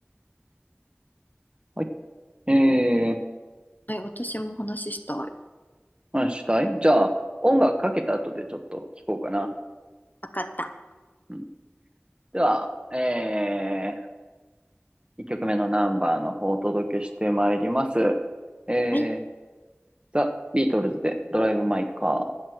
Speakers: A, on the right; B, on the left.
A: はい。えー
B: はい、私もお話ししたい。わ
A: 話したいじゃあ、音楽かけた後でちょっと聞こうかな。
B: かった。
A: うん、では、えー、1曲目のナンバーの方をお届けしてまいります。えー、
B: はい。
A: ザ・ビートルズでドライブ・マイ・カー。